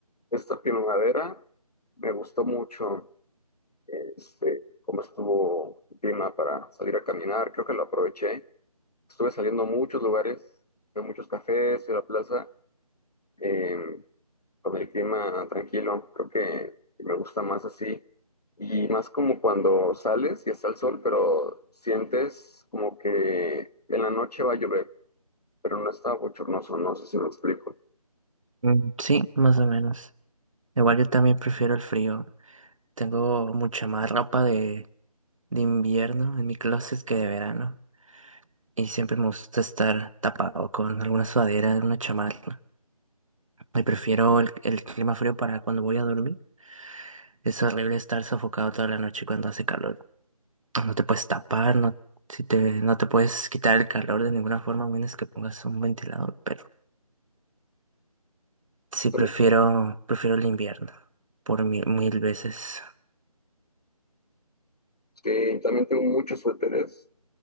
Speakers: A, on the left; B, on the right.
A: esta primavera me gustó mucho este, cómo estuvo el clima para salir a caminar. Creo que lo aproveché. Estuve saliendo a muchos lugares, fui a muchos cafés, fui a la plaza. Em, con el clima tranquilo. Creo que me gusta más así. Y más como cuando sales y está el sol, pero sientes como que en la noche va a llover, pero no está bochornoso, no sé si me explico.
B: Mm, Sí, más o menos. Igual yo también prefiero el frío. Tengo mucha más ropa de, de invierno en mi closet que de verano. Y siempre me gusta estar tapado con alguna sudadera, una chamarra. Y prefiero el, el clima frío para cuando voy a dormir Es horrible estar sofocado toda la noche cuando hace calor. No te puedes tapar, no, si te, no te puedes quitar el calor de ninguna forma, a menos que pongas un ventilador, pero sí
A: También-
B: prefiero, prefiero el invierno por mi- mil veces.
A: sí, también tengo muchos suéteres.